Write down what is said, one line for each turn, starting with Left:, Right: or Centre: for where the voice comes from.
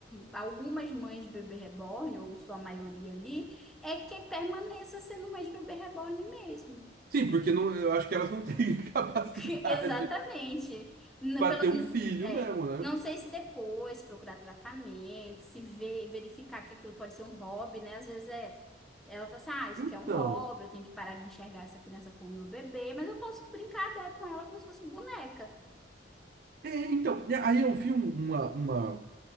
Centre: algumas mães de bebê reborn, ou sua maioria ali, é que permaneça sendo mãe de bebê reborn mesmo.
Right: Sim, porque não, eu acho que elas não têm <laughs> capacidade
Centre: <laughs> Exatamente. N-
Right: para
Centre: Pelo,
Right: ter um filho
Centre: é,
Right: mesmo, né?
Centre: não sei se depois procurar tratamento, se ver, verificar que aquilo pode ser um hobby, né? Às vezes é, ela fala assim, ah, isso
Right: Então,
Centre: aqui é um hobby, eu tenho que parar de enxergar essa criança como meu bebê, mas eu posso brincar dela, com ela como se fosse boneca.
Right: é, então, e aí eu vi um- uma, uma,